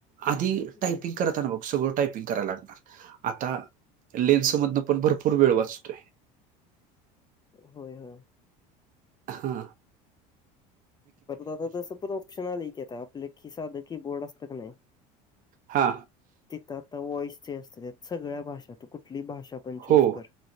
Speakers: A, on the right; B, on the left.
A: अध
B: हम्म.
A: टयपिंग ता सगळं टायपिंग करायला लागणार आता लेन्स मधन पण भरपूर वेळ वाचतोय
B: होय होय
A: हा
B: परत आ तसं पण ऑप्शन आलक येत आपलं खिसाध की बोर्ड असतं का नाही
A: हा
B: तिथं आता वॉईसचे असतते सगळ्या भाषा कुठली भाषा चू
A: हो
B: कर